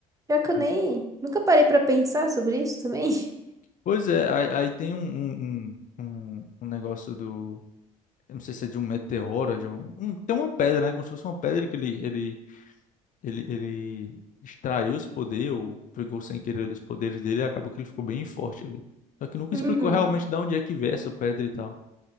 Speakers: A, on the right; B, on the left.
A: Pior que eu
B: que-
A: nem. Nunca parei pra pensar sobre isso também. <laughs>
B: Pois é, aí, aí tem um, um, um, um- um negócio do. Eu não sei se é de um meteoro, de um, um- tem uma pedra, né? Como se fosse uma pedra que ele, ele, ele, ele extraiu os poderes, ou pegou sem querer ali os poderes dele, e acabou que ele ficou bem forte ali. Só que nunca
A: Uhum.
B: explicou realmente de onde é que veio essa pedra e tal.